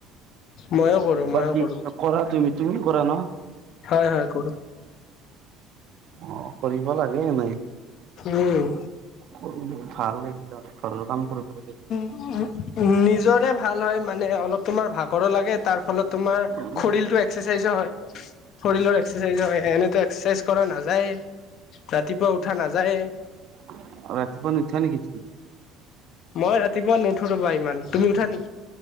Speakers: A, on the left; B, on the right.
A: ময়ো কৰো ময়ো
B: বাকী
A: কৰো
B: নকৰা তুমি, তুমি কৰা ন?
A: হয়, হয়, কৰোঁ।
B: অ', কৰিব লাগে এনেই।
A: উম
B: কৰিলে ভাল এইবিলাক, ঘৰৰ কাম কৰিব লাগে।
A: উম, নিজৰে ভাল হয়, মানে অলপ তোমাৰ ভাগৰো লাগে তাৰ ফলত তোমাৰ
B: হয়
A: খৰীৰটো এক্সাৰচাইজো হয়, শৰীৰৰ এক্সাৰচাইজো হয়, এনেটো এক্সাৰচাইজো কৰা নাযা যায়ে, ৰাতিপুৱা উঠা নাযায়ে।
B: অ', ৰাতিপুৱা নুঠা নেকি তুমি?
A: মই ৰাতিপুৱা নুঠো ৰ'বা ইমান। তুমি উঠা নেকি?